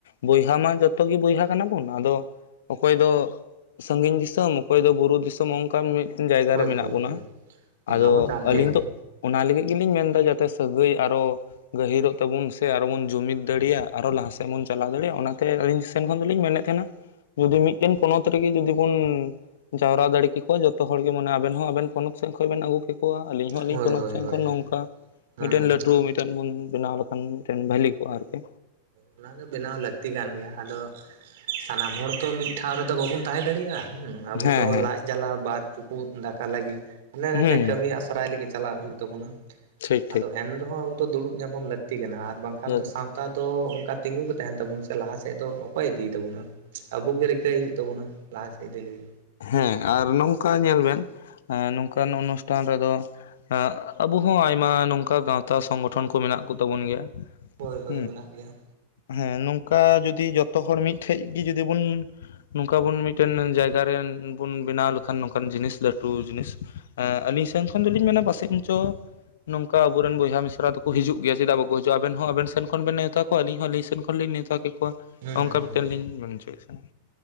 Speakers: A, on the left (about 85°); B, on the right (about 60°).
A: ᱵᱚᱭᱦᱟ ᱢᱟ ᱡᱚᱛᱚ ᱜᱮ ᱵᱚᱭᱦᱟ ᱠᱟᱱᱟ ᱵᱚᱱ, ᱟᱫᱚ ᱚᱠᱚᱭ ᱫᱚ ᱥᱟᱹᱜᱤᱧ ᱫᱤᱥᱚᱢ, ᱚᱠᱚᱭ ᱫᱚ ᱵᱩᱨᱩ ᱫᱤᱥᱚᱢ, ᱚᱱᱠᱟᱱ ᱢᱤᱫ ᱢᱤᱫ ᱡᱟᱭᱜᱟ
B: ᱦᱳᱭ
A: ᱨᱮ ᱢᱮᱱᱟᱜ
B: ᱦᱳᱭ
A: ᱵᱚᱱᱟ,
B: ᱦᱳᱭ ᱚᱱᱟ
A: ᱟᱫᱚ
B: ᱢᱟ ᱠᱟᱱ ᱜᱮ
A: ᱟᱹᱞᱤᱧ ᱫᱚ ᱚᱱᱟ ᱞᱟᱹᱜᱤᱫ ᱜᱮᱞᱤᱧ ᱢᱮᱱ ᱮᱫᱟ, ᱡᱟᱛᱮ ᱥᱟᱹᱜᱟᱹᱭ ᱟᱨᱚ ᱜᱟᱹᱦᱤᱨᱚᱜ ᱛᱟᱵᱚᱱ ᱥᱮ ᱟᱨᱦᱚᱸ ᱵᱚᱱ ᱡᱩᱢᱤᱫ ᱫᱟᱲᱮᱭᱟᱜ। ᱟᱨ ᱦᱚᱸ ᱞᱟᱦᱟ ᱥᱮᱫ ᱵᱚᱱ ᱪᱟᱞᱟᱣ ᱫᱟᱲᱮᱭᱟᱜᱼᱟ ᱚᱱᱟᱛᱮ ᱟᱹᱞᱤᱧ ᱥᱮᱱ ᱠᱷᱚᱱ ᱫᱚᱞᱤᱧ ᱢᱮᱱᱮᱫ ᱛᱟᱦᱮᱱᱟ ᱡᱩᱫᱤ ᱢᱤᱫᱴᱮᱱ ᱯᱚᱱᱚᱛ ᱨᱮᱜᱮ ᱡᱩᱫᱤ ᱵᱚᱱ ᱡᱟᱣᱨᱟ ᱫᱟᱲᱮ ᱠᱮᱠᱚ ᱡᱚᱛᱚ ᱦᱚᱲ ᱜᱮ ᱢᱟᱱᱮ ᱟᱵᱮᱱ ᱦᱚᱸ ᱟᱵᱮᱱ ᱯᱚᱱᱚᱛ ᱥᱮᱫ ᱠᱷᱚᱱ ᱵᱮᱱ ᱟᱹᱜᱩ ᱠᱮᱠᱼᱼ ᱟᱹᱞᱤᱧ ᱦᱚᱸ ᱟᱹᱞᱤᱧ
B: ᱦᱳᱭ
A: ᱯᱚᱱᱚᱛ
B: ᱦᱳᱭ
A: ᱥᱮᱱ
B: ᱦᱳᱭ
A: ᱠᱷᱚᱱ ᱱᱚᱝᱠᱟ,
B: ᱦᱮᱸ
A: ᱢᱤᱫᱴᱮᱱ ᱞᱟᱹᱴᱩ ᱢᱤᱫᱴᱮᱱ ᱵᱚᱱ ᱵᱮᱱᱟᱣ ᱢᱤᱫᱴᱮᱱ ᱵᱷᱷᱟᱞᱤ ᱠᱚᱜᱼᱟ ᱟᱨᱠᱤ।
B: ᱚᱱᱟ ᱫᱚ ᱵᱮᱱᱟᱣ ᱞᱟᱹᱠᱛᱤ ᱠᱟᱱ ᱜᱮᱭᱟ, ᱟᱫᱚ ᱥᱟᱱᱟᱢ ᱦᱚᱲ ᱛᱚ ᱢᱤᱫ ᱴᱷᱟᱶ ᱨᱮᱫᱚ ᱵᱟᱵᱚᱱ ᱛᱟᱸᱦᱮ ᱫᱟᱲᱮᱭᱟᱜᱼᱟ ᱦᱚᱸ। ᱟᱵᱚ
A: ᱦᱮᱸ
B: ᱫᱚ
A: ᱦᱮᱸ
B: ᱞᱟᱡ ᱡᱟᱞᱟ ᱵᱟᱨ ᱪᱩᱯᱩᱫ ᱫᱟᱠᱟ ᱞᱟᱹᱜᱤᱫ, ᱦᱟᱱᱰᱮ ᱱᱟᱰᱮ
A: ᱦᱩᱸ
B: ᱠᱟᱹᱢᱤ ᱟᱥ ᱥᱚᱨᱟᱭ <unintelligible> ᱞᱟᱹᱜᱤᱫ ᱪᱟᱞᱟᱜ ᱦᱩᱭᱩᱜ ᱛᱟᱵᱚᱱᱟ
A: ᱴᱷᱤᱠ ᱴᱷᱤᱠ
B: ᱟᱫᱚ ᱮᱱ ᱨᱮᱦᱚᱸ ᱟᱵᱚ ᱫᱚ ᱫᱩᱲᱩᱵ ᱧᱟᱯᱟᱢ ᱞᱟᱹᱠᱛᱤ ᱠᱟᱱᱟ ᱟᱨ ᱵᱟᱝ ᱠᱷᱟᱱ
A: ᱦᱩᱸ
B: ᱫᱚ ᱥᱟᱶ ᱠᱚ ᱚᱱᱠᱟ ᱛᱤᱸᱜᱩ ᱜᱮ ᱛᱟᱸᱦᱮᱱ ᱛᱟᱵᱚᱱ ᱥᱮ ᱞᱟᱦᱟ ᱥᱮᱫ ᱫᱚ ᱚᱠᱚᱭ ᱤᱫᱤᱭ ᱛᱟᱵᱚᱱᱟ, ᱟᱵᱚ ᱜᱮ ᱨᱤᱠᱟᱹᱭ ᱦᱩᱭᱩᱜ ᱛᱟᱵᱚᱱᱟ। ᱞᱟᱦᱟ ᱥᱮᱫ ᱤᱫᱤ ᱞᱟᱹᱜᱤ
A: ᱦᱮᱸ ᱟᱨ ᱱᱚᱝᱠᱟ ᱧᱮᱞ ᱵᱤᱱ, ᱱᱚᱝᱠᱟᱱ ᱚᱱᱩᱥᱴᱷᱟᱱ ᱨᱮᱫᱚ ᱟᱜ ᱟᱵᱚ ᱦᱚᱸ ᱟᱭᱢᱟ ᱱᱚᱝᱠᱟ ᱜᱟᱣᱛᱟ ᱥᱚᱝᱜᱚᱴᱷᱚᱱ ᱠᱚ ᱢᱮᱱᱟᱜ ᱠᱚ ᱛᱟᱵᱚᱱ ᱜᱮᱭᱟ।
B: ᱦᱳᱭ ᱦᱳᱭ
A: ᱦᱩᱸ
B: ᱢᱮᱱᱟᱜ ᱜᱮᱭᱟ।
A: ᱦᱮᱸ ᱱᱚᱝᱠᱟ ᱡᱩᱫᱤ ᱡᱚᱛᱚ ᱦᱚᱲ ᱢᱤᱫᱴᱷᱮᱡ ᱜᱮ ᱡᱩᱫᱤ ᱵᱚᱱ, ᱱᱚᱝᱠᱟ ᱵᱚᱱ ᱢᱤᱫᱴᱮᱱ ᱡᱟᱭᱜᱟ ᱨᱮ ᱵᱚᱱ ᱵᱮᱱᱟᱣ ᱞᱮᱠᱷᱟᱱ ᱱᱚᱝᱠᱟᱱ ᱡᱤᱱᱤᱥ ᱞᱟᱹᱴᱩ ᱡᱤᱱᱤᱥ ᱮᱸ ᱟᱹᱞᱤᱧ ᱥᱮᱱ ᱠᱷᱚᱱ ᱫᱚᱞᱤᱧ ᱢᱮᱱᱟ ᱯᱟᱥᱮᱫ ᱫᱚ ᱱᱚᱝᱠᱟ ᱟᱵᱚᱨᱮᱱ ᱵᱚᱭᱦᱟ ᱢᱤᱥᱨᱟᱠᱚ ᱦᱤᱡᱩᱜ ᱜᱮᱭᱟ, ᱪᱮᱫᱟᱜ ᱵᱟᱠᱚ ᱦᱤᱡᱩᱜᱼᱟ ᱟᱵᱮᱱ ᱦᱚᱸ ᱟᱵᱮᱱ ᱥᱮᱱ ᱠᱷᱚᱱ ᱵᱮᱱ ᱱᱮᱶᱛᱟ ᱟᱹᱞᱤᱧ ᱦᱚᱸ ᱟᱹᱞᱤᱧ ᱥᱮᱫ ᱠᱷᱚᱱᱞᱤᱧ ᱱᱮᱶᱛᱟ ᱠᱮᱫ ᱠᱚᱣᱟ,
B: ᱦᱮᱸ
A: ᱱᱚᱝᱠᱟ
B: ᱦᱮᱸ
A: ᱢᱤᱫᱴᱮᱱ
B: ᱦᱮᱸ
A: ᱞᱤᱧ ᱢᱮᱱ ᱦᱚᱪᱚᱭᱮᱫᱼᱟ।